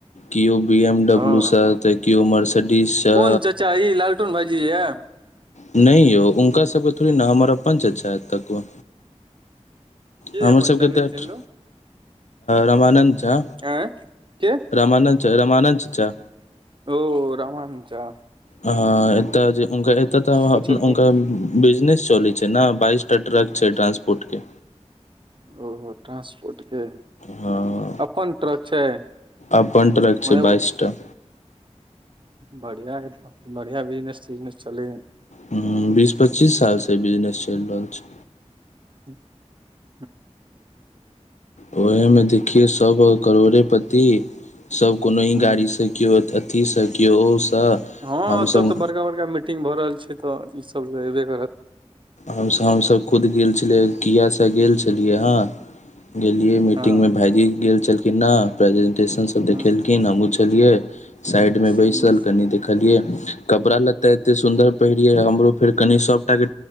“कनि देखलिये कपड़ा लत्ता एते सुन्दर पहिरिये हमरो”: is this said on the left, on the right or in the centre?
Left